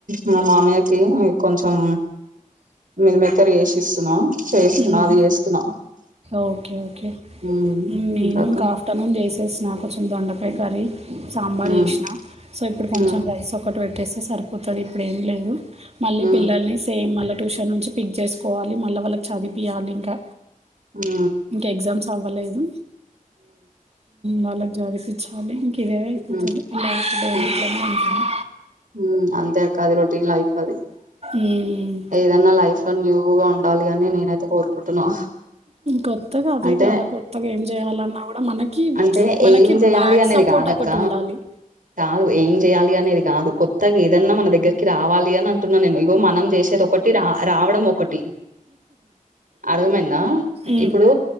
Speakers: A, on the right (about 70°); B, on the right (about 45°).
A: మా మామయ్యకి కొంచెం మీల్ మేకర్ చేష్ ఇస్తున్నా చేస్తున్నా
B: మ్మ్.
A: అది చేస్తున్నా
B: ఓకే ఓకే
A: ఉమ్,
B: నేను
A: అక్క
B: ఇంకా ఆఫ్టర్నూన్ చేసేసినా కొచెం దొండకాయ కర్రీ సాంబార్
A: ఉమ్,
B: వేసిన సో ఇప్పుడు కొంచెం
A: ఉమ్,
B: రైస్ ఒక్కటి పెట్టేస్తే సరిపోతుంది ఇప్పుడు ఏం లేదు మళ్ళీ
A: ఉమ్,
B: పిల్లల్ని సేమ్ మళ్ళా ట్యూషన్ నుంచి పిక్ చేసుకోవాలి మళ్ళ వాళ్ళకి చదిపియాలి ఇంకా
A: ఆ
B: ఇంకా ఎగ్జామ్స్ అవ్వలేదు వాళ్ళకు జాబిపిచ్ చాలే ఇంక ఇదే అయిపోతుది
A: ఉమ్,
B: లైఫ్ డైలీ
A: ఉమ్,
B: ఇట్లనే ఉంటుంది
A: ఉమ్, అంతే అది రొటీన్ లైఫ్ అది
B: మ్మ్.
A: ఏదన్నా లైఫ్ లో న్యూగా ఉండాలి అని నేనైతే కోరుకుంటున్నా
B: కొత్తగా అదే
A: అంటే
B: గదా కొత్తగా ఏం జెయాలన్నా గుడా మనకి
A: అంటే
B: మనకి
A: ఏం చేయాలి
B: బ్యాక్
A: అనేది
B: సపోర్ట్
A: కాదక్క
B: ఒకటి ఉండాలి
A: కాదు ఏం చెయాలి అని ఇది కాదు కొత్తగా ఏదన్నా మన దగ్గరికి రావాలి అని అంటున్నా నేను ఇదిగో మనం చేషేదొకటి రా రావడం ఒకటి అర్థమైందా
B: మ్మ్.
A: ఇప్పుడు